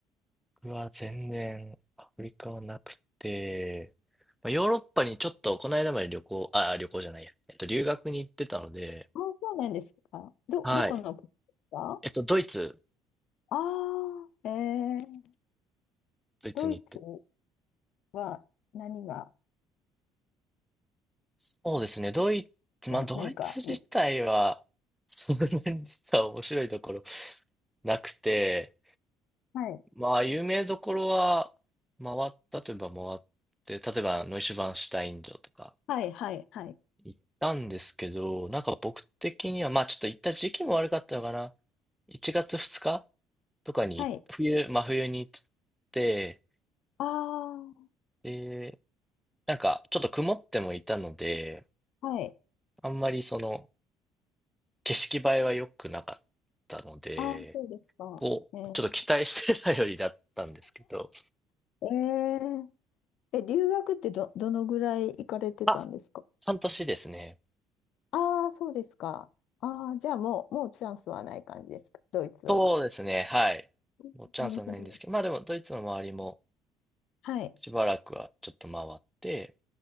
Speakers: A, in the centre; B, on the left.
A: 僕は全然アフリカはなくて、まあ、ヨーロッパにちょっとこの間まで旅行、あ、旅行じゃないや。えっと、留学に行ってたので、
B: あ、そうなんですか。ど、
A: はい。
B: どこの国ですか
A: えっと、ドイツ、
B: ああー、えー、
A: ドイツに行って、
B: ドイツは何が、
A: そうですね。ドイツ、
B: な、
A: まあ、ドイツ自体は、
B: 何か、い
A: <laughs> そんなに実は面白いところなくて、
B: <laughs> はい、
A: まあ、有名どころは回ったといえば回って、例えば、ノイシュバンシュタイン城とか、
B: はい、はい、はい。
A: 行ったんですけど、なんか僕的には、まあちょっと行った時期も悪かったのかな。1月2日とかに、
B: はい。
A: 冬、真冬に行って、
B: ああ、
A: で、なんかちょっと曇ってもいたので、
B: はい。
A: あんまりその景色映えは良くなかったので、
B: ああ、そうですか。
A: こう、
B: えー、
A: ちょっと期待してたよりだったんですけど、
B: えーえ、留学ってど、どのぐらい行かれてたんですか
A: あ、半年ですね。
B: ああ、そうですか。ああ、じゃあもう、もうチャンスはない感じですか、ドイツは。
A: そうですね、はい。
B: うんなるほど。
A: もうチャンスはないんですけど、まあでもドイツの周りも
B: はい。
A: しばらくはちょっと回って、